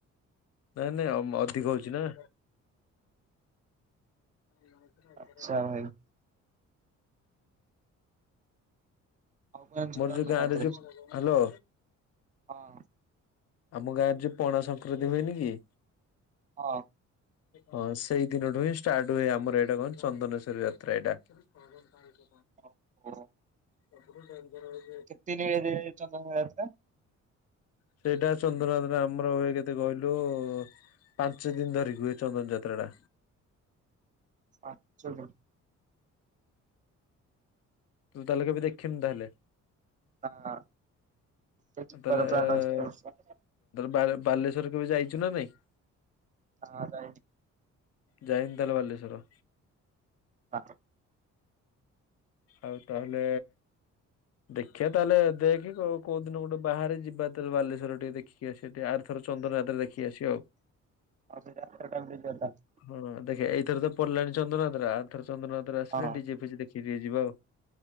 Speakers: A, on the left; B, on the right.
A: ନାଇଁ ନାଇଁ ଅଧିକ ହଉଛି ନା। ମ ଆମର
B: ଆଚ୍ଛା ଭାଇ। ଆଉ କଣ ଜାଣିଛନ୍ତି
A: ଯୋଉ ଗାଁରେ
B: ରଥଯାତ୍ରା
A: ଯୋଉ
B: ବିଷୟରେ?
A: ହ୍ୟାଲୋ
B: ହଁ
A: ଆମ ଗାଁରେ ଯୋଉ ପଣା ସଂକ୍ରାନ୍ତି ହୁଏନି କି
B: ହଁ
A: ହଁ ସେଇ ଦିନଠୁ ହିଁ ଷ୍ଟାର୍ଟ ହୁଏ ଆମର ଏଇଟା କଣ ଚନ୍ଦନେଶ୍ଵର ଯାତ୍ରା ଏଇଟା କଣ କଣ <inaudible>
B: ଓ ହୋ
A: ଅପର <inaudible>
B: କେତେ <unintelligible> ଚନ୍ଦନ ଯାତ୍ରା
A: ସେଇଟା ଚନ୍ଦନ ଯାତ୍ରା ଆମର ହୁଏ କେତେ କହିଲୁ? ପାଞ୍ଚ ଦିନ ଧରି ହୁଏ ଚନ୍ଦନ ଯାତ୍ରା ଟା।
B: ପାଞ୍ଚ ଦିନ।
A: ତୁ ତାହେଲେ କେବେ ଦେଖିନୁ ତାହେଲେ?
B: ନା ତ ଯିବାର
A: ତାହେଲେ
B: ପ୍ଲାନ ଅଛି ଏ ବର୍ଷ।
A: ବାଲେଶ୍ୱର କେବେ ଯାଇଛୁ ନା ନାଇଁ?
B: ହଁ ଯାଇ
A: ଯାଇନୁ ତାହେଲେ ବାଲେଶ୍ୱର?
B: <unintelligible>
A: ଆଉ ତାହେଲେ ଦେଖିଆ ତାହେଲେ ଦେଖେ କଉ କୋଉ ଦିନ ଗୋଟେ ବାହାରେ ଯିବା ତାଲେ ବାଲେଶ୍ଵର ଟିକେ ଦେଖିକି ଆସିବା ଟିକେ ଆର ଥର ଚନ୍ଦନ ଯାତ୍ର ଦେଖିକି ଆସିବା ଆଉ।
B: ଆଉ ସେ ଯାତ୍ରା ଟାଇମ୍ ରେ ଯିବା ତାଲ୍
A: ହଁ ଦେଖେ ଏଇଥର ତ ପଲାଣି ଚନ୍ଦ୍ରନଆତ୍ରା ଆଉଥର ଚନ୍ଦ୍ରନଆତ୍ରା ଆସିଲେ
B: ହଁ।
A: ଡି ଜେ ଫିଜି ଦେଖି ଟିକେ ଯିବା ଆଉ।